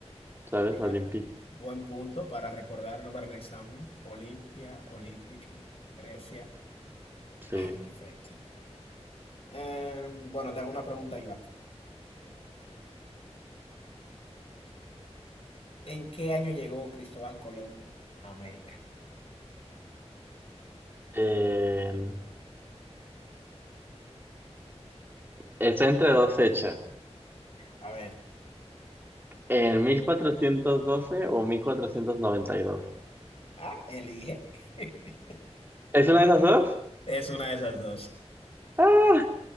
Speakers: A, on the right (about 20°); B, on the left (about 55°).
A: ¿sabes?
B: mira,
A: Olympic,
B: buen punto para recordarlo para el examen. Olimpia, Olympic, Grecia.
A: sí.
B: Ah, perfecto. Eh, bueno, te hago una pregunta, Iván. ¿En qué año llegó Cristóbal Colón a América?
A: En- está entre dos fechas,
B: A ver,
A: en 1412 o mil cuatrocientos noventa y dos
B: ah, elige. <laughs>
A: ¿Es una de esas dos?
B: Es una de esas dos.
A: ¡Ah!